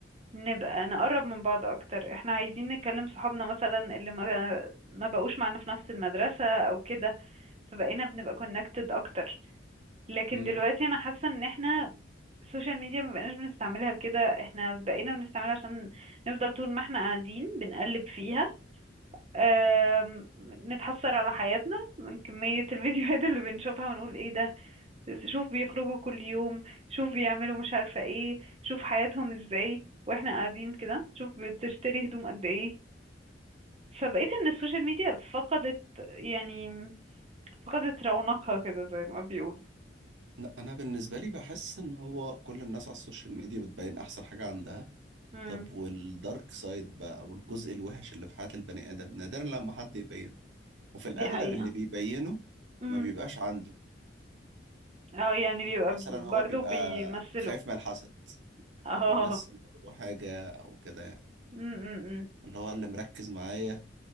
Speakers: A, on the right; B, on the right.
A: نبقى نقرب من بعض اكتر احنا عايزين نكلم صحابنا مثلا اللي ما ما بقوش معانا في نفس المدرسة او كده فبقينا بنبقى كونكتد اكتر لكن
B: مم.
A: دلوقتي انا حاسة ان احنا السوشيال ميديا ما بقيناش بنستعملها لكده احنا بقينا بنستعملها عشان نفضل طول ما احنا قاعدين بنقلب فيها آم، نتحسر على حياتنا من كمية الفيديوهات اللي بنشوفها ونقول ايه ده شوف بيخرجوا كل يوم شوف بيعملوا مش عارفة ايه شوف حياتهم ازاي واحنا قاعدين كده شوف بتشتري هدوم قد ايه فبقيت ان السوشيال ميديا فقدت يعني فقدت رونقها كده زي ما بيقولوا
B: لا أنا بالنسبة لي بحس إن هو كل الناس على السوشيال ميديا بتبين أحسن حاجة عندها
A: امم
B: طب والدارك سايد بقى أو الجزء الوحش اللي في حياة البني آدم نادرا لما حد يبينه وفي الأغلب
A: دي حقيقة
B: اللي بيبينه
A: امم
B: ما بيبقاش عنده
A: اه يعني بيبقى
B: مثلا هو
A: برضو
B: بيبقى
A: بيمثلوا
B: خايف من الحسد
A: <laughs> اه
B: فبيمثل برضه حاجة أو كده يعني
A: امم
B: اللي هو اللي مركز معايا